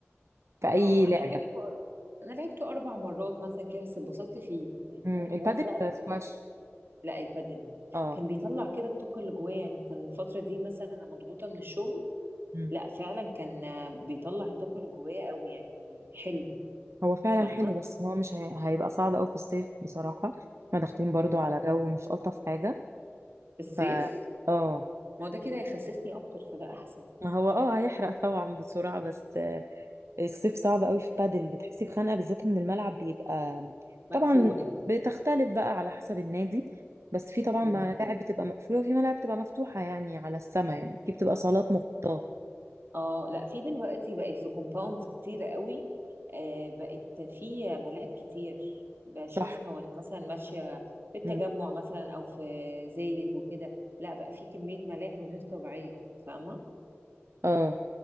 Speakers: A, on the right (about 80°); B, on the right (about 55°).
A: في اي
B: اه
A: لعبة
B: انا لعبته انا لعبته اربع مرات مثلا كده بس اتبسطت فيه يعني
A: امم البادل
B: هو فعلا
A: سكواش
B: كان لا البادل
A: اه
B: كان بيطلع كده الطاقه اللي جوايا يعني كان الفتره دي مثلا انا مضغوطه من الشغل
A: مم.
B: لا فعلا كان آه، بيطلع الطاقه اللي جوايا قوي يعني حلو
A: هو فعلا
B: فاهمه
A: حلو بس هو مش هي... هيبقى صعب قوي في الصيف بصراحة احنا داخلين برضو
B: مم.
A: على جو مش ألطف حاجة
B: في الصيف
A: ف اه
B: ما هو ده كده هيخسسني اكتر فده احسن
A: ما هو اه هيحرق <laughs> طبعا بسرعة بس آه، الصيف صعب قوي في بادل بتحسي بخنقة بالذات ان الملعب بيبقى
B: مقفول
A: طبعا بتختلف بقى على حسب النادي بس في طبعا
B: مم.
A: ملاعب بتبقى مقفولة وفي ملاعب بتبقى مفتوحة يعني على السما يعني في بتبقى صالات مغطاة
B: اه لا في دلوقتي بقت في كومباوندز كتير قوي آه بقت في ملاعب كتير بشوفها
A: صح
B: وانا مثلا ماشيه في التجمع
A: مم.
B: مثلا او في زايد وكده لا بقى في كميه ملاعب غير طبيعيه فاهمه
A: اه